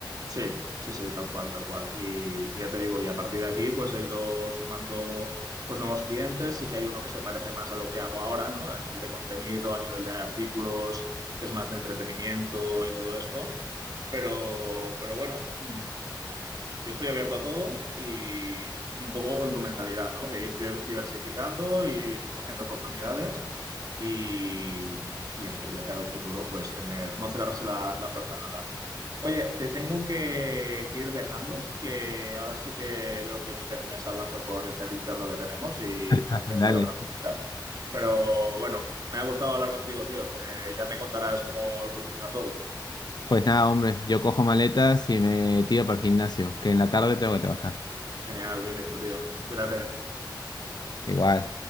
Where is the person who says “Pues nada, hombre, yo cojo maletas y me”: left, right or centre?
Left